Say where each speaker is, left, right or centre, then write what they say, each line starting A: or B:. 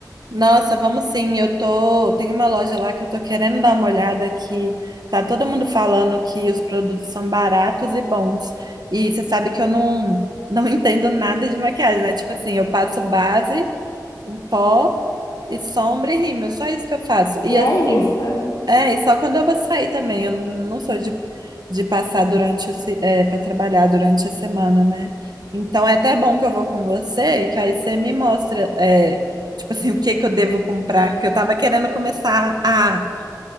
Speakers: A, on the right (about 65°); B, on the left (about 60°).
A: Nossa, vamos sim, eu tô. Tem uma loja lá que eu tô querendo dar uma olhada que tá todo mundo falando que os produtos são baratos e bons. E você sabe que eu não, não <laughs> entendo nada de maquiagem, né? Tipo assim, eu passo base, um pó e sombra e rímel, só isso que eu faço. E
B: E é
A: assim,
B: isso.
A: É, e só quando eu vou sair também. Eu não, não sou de, de passar durante o, se- é, para trabalhar durante a semana, né? Então é até bom que eu vou com você, que aí você me mostra, é, tipo assim, o que que eu devo comprar, que eu tava querendo começar a